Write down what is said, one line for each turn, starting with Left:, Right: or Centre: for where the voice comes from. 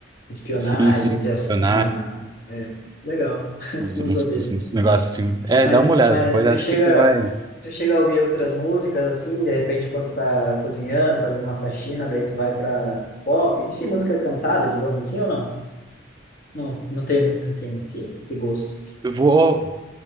Left: espionagem,
Right: Sim, sim,
Left: de ass-
Right: Leonardo,
Left: uma... É, legal, <laughs>
Right: os,
Left: não
Right: uns,
Left: sabia
Right: uns-
Left: disso.
Right: uns negócios assim. É,
Left: Mas,
Right: dá uma olhada,
Left: mas
Right: depois
Left: eh, tu
Right: acho
Left: chega,
Right: que você vai.
Left: tu chega a ouvir outras músicas assim, de repente quando tá cozinhando, fazendo uma faxina, daí tu vai pra pop, enfim, música cantada, digamos assim, ou não? Não, não tem muito assim esse, esse gosto.
Right: Eu vou.